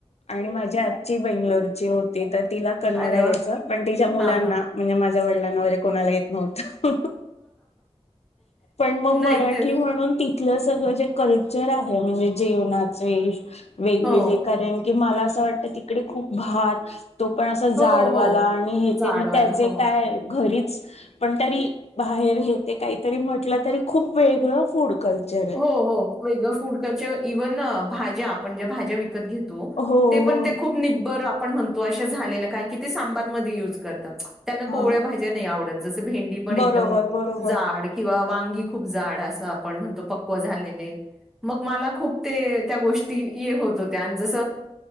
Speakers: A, on the left; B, in the centre.
A: आणि माझी आजी बेंगलोर ची होत ती तर तिला कन्नड
B: अरे
A: यायचं
B: वाह!
A: पण तिच्या मुलांना
B: हां, हां.
A: म्हणजे माझ्या वडिलांना वगैरे कोणाला येत नव्हतं. पण मग
B: नाही
A: मराठी
B: तेच.
A: म्हणून ति तीथल सगळ जे कल्चर आहे म्हणजे जेवणाचे वेगवेगळे
B: हो.
A: कारण की मला असं वाटतं तिकडे खूप भात तो पण असं
B: हो,
A: जाडवाला
B: हो.
A: आणि हे
B: जाडवाला.
A: ते मग त्याचे
B: हो.
A: काय घरीच पण तरी बाहेर घेते काहीतरी म्हटलं तरी खूप वेगळं फूड. कल्चर आहे.
B: हो हो वेगळ फूड करच्या इव्हन भाज्या. ज्या भाज्या विकत घेतो घेतो
A: हो
B: ते पण
A: हो
B: खूप निबर आपण म्हणतो अशा झालेलं कारण की ते सांबार म युज करत. त्यांना
A: हा
B: कोवळ्या भाज्या नाही आवडत जस भेंडी पण एकदम
A: बरोबर बरोबर
B: जाड कींवा वा ंगी खूप जाड अस आपण म्हणतो पक्व झालेले. मग मला खूप ते त्या गोष्टी ये होत होत्या, आणि जसं